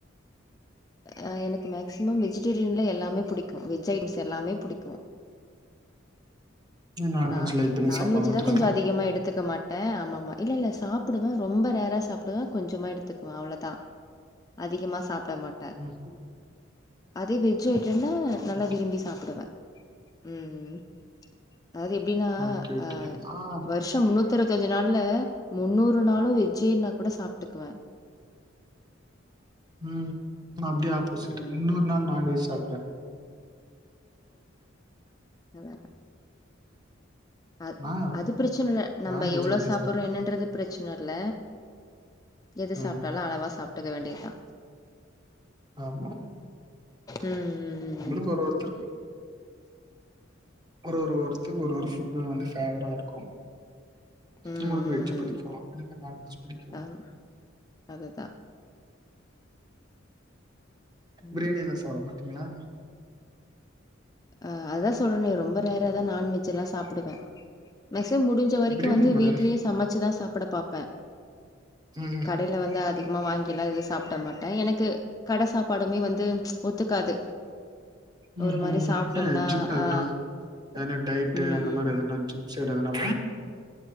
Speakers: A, on the left (about 20°); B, on the right (about 20°).
A: ஆ எனக்கு மேக்சிமம் வெஜிடேரியன்ல எல்லாமே புடிக்கு வெஜ் ஐட்டம்ஸ் எல்லாமே புடிக்கு
B: ஏ நான்வெஜ்
A: நா
B: லைக் பண்ணி
A: நான்வெஜ்
B: சாப்ட மாட்டீங்களா
A: தா கொஞ்சோ அதிகமா எடுத்துக்க மாட்டே ஆமாமமா இல்லில்ல சாப் ப்டுவே ரொம்ப ரேர சாப்புடுவே கொஞ்சமா எடுத்துக்குவே அவ்ளோதா அதிகமா சாப்ட மாட்டே
B: ம்
A: அதே வெஜ் ஐட்டம்னா
B: ஓகே
A: நல்லா விரும்பி சாப்டுவே ம்ம் அதாவது எப்டின்னா
B: ஓகே ஓகே
A: அ
B: ஆ
A: வருஷ முன்னூத்தி த்து இருபத்தஞ்சு நாள்ல முந்நூறு நாளு வெஜ்ஜேனாலு கூட சாப்ட்டுக்குவே
B: ம் நா அப்டியே ஆப்போசிட்
A: ம்
B: முன்னூறு நாள் நான்வெஜ் சாப்டுவே
A: நல்லா அத்
B: நா
A: அது பிரச்சன இல்ல நம்ம
B: நான்வெஜ்
A: எவளோ
B: நெறைய
A: சாப்படுறோ
B: சாப்டுவே
A: என்னன்றது பிரச்சன னுல்ல எது சாப்புட்டாலு
B: ம்
A: அளவா சாப்புட்டுக்க வேண்டியதா
B: ஆமா
A: ம் ம் ம்
B: நம்மளுக்கு
A: ம்
B: ஒரு ஒருத்தருக்கு ஒரு ஒரு ஒருத்துக்கு ஒரு ஒரு ஃபுட் வந்து ஃபேவரா இருக்கு
A: ம் ம் ம் ம்
B: உங்களுக்கு வெஜ் புடிக்கு
A: ம்
B: எனக்கு நான்வெஜ் புடிக்கு
A: ஆமா அதுதா ம்
B: பிரியாணி எல்லா சாப்புட மாட்டீங்களா
A: அ அதுதா சொல்றேனே ரொம்ப ரேராதா நான்வெஜ் எல்லா சாப்புடுவே மெஸ் தே முடிஞ்ச வரைக்கு
B: பிரியாணி
A: வந்து
B: கூட
A: வீட்லயே சமைச்சுதா சாப்புட பாப்பே
B: ம்
A: கடையில வந்து அதிகமா வாங்கி எல்லா எதுவு சாப்புட மாட்டே எனக்கு கட சாப்பாடுமே வந்து ஒத்துக்காது
B: ம்
A: ஒரு மாரி
B: ம்
A: சாப்ட்டோம்னா
B: சேரி ஜிம் எதுனா
A: ஆ
B: ஏனா டைட்டு
A: ம்
B: அந்த
A: ம்
B: மாரி எதுனா ஜிம் சைடு எதனா